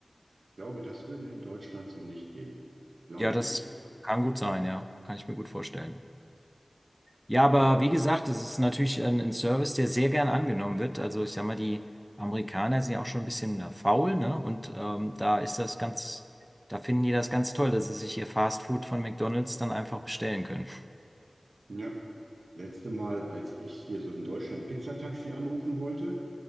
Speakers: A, on the right; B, in the centre.
A: Ich glaube, das würde in Deutschland so nicht gehen. Glaube
B: Ja,
A: ich
B: das
A: nicht.
B: kann gut sein, ja. Kann ich mir gut vorstellen. Ja, aber
A: Ja,
B: wie gesagt, das ist natürlich ein, ein Service, der sehr gern angenommen wird. Also ich sag mal, die Amerikaner sind ja auch schon ein bisschen äh, faul, ne? Und ähm, da ist das ganz, da finden die das ganz toll, dass sie sich ihr Fast Food von McDonald's dann einfach bestellen können.
A: ja. Letzte Mal, als ich hier so in Deutschland Pizzataxi anrufen wollte,